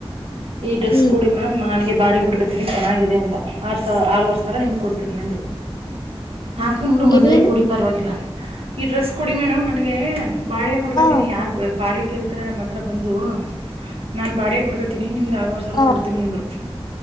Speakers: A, on the right; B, on the left.
A: ಈ, ಡ್ರೆಸ್
B: ಹ್ಮ್
A: ಕೊಡಿ ಮ್ಯಾಮ್, ನಾನೇ ಬಾಡಿಗೆ ಕೋಟುಕೋತಿನಿ. <unintelligible> ಚೆನ್ನಾಗಿದೆ, ಅಂತ ಆರ್, ಸ. ಆರವರ್ ಸಾವರ ನಿಮ್, ಕೊಡ್ತೀನಿ! ಅಂದ್ರು. <unintelligible> ಹಾಕೊಂಡು, ಮದುವೆ
B: ಏನೇನು
A: ಕೊಡಿ, ಪರವಾಗಿಲ್ಲ. <unintelligible> ಈ ಡ್ರೆಸ್ ಕೊಡಿ ಮೇಡಮ್ ನನಗೆ ಬಾಳ್ಯ ಹುಡ್ಕೋತಿನಿ
B: ಹ
A: ಯಾರ ಬಾಳೆ ಕೇಳ್ತಾರೆ ನಮ್ಮ್ ಹತ್ರ ಬಂದು ನಾನ್ ಬಾಡ ಕೊಟ್ಕೋತಿನಿ ನಿಮ್ದಗೆು ಆವ ಸಾವಿರ
B: ಹ
A: ಕೊಡ್ೀನಿ ಅಂದರು